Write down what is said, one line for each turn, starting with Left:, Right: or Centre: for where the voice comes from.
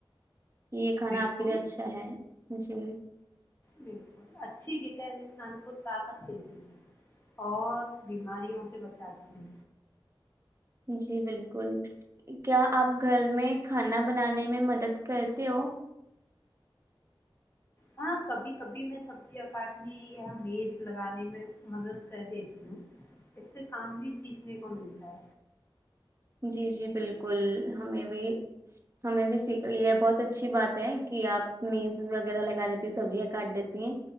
Right: یہ کھانا
Left: بالکل
Right: آپ کے لیے اچھا ہے جی
Left: بالکل اچھی چائی انسان کو طاقت دیتی ہے اور بیماریوں سے بچاتی ہے
Right: جی بالکل کیا آپ گھر میں کھانا بنانے میں مدد کرتے ہو
Left: ہاں کبھی کبھی میں سبزیاں کاٹنے یامیز لگانے میں مدد کر دیتی ہوں اس سے کام بھی سیکھنے کو ملتا ہے
Right: جی جی بالکل ہمیں بھی ہمیں بھی س یہ بہت اچھی بات ہے کہ آپ میز وغیرہ لگا دیتی سبزیاں کاٹ دیتی ہیں